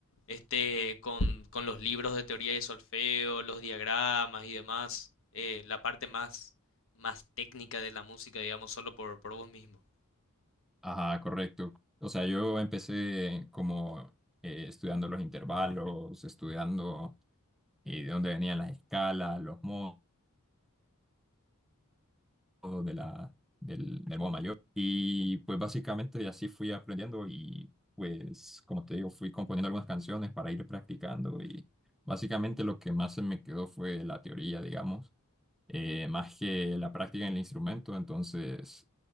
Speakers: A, on the left; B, in the centre.
A: este, con, con los libros de teoría de solfeo, los diagramas y demás, eh, la parte más, más técnica de la música, digamos, solo por, por vos mismo.
B: Ajá, correcto. O sea, yo empecé como eh, estudiando los intervalos, estudiando eh, de dónde venían las escalas, los modos de la, del, del modo mayor. Y pues básicamente así fui aprendiendo y pues como te digo, fui componiendo algunas canciones para ir practicando y básicamente lo que más se me quedó fue la teoría, digamos eh, más que la práctica en el instrumento. Entonces,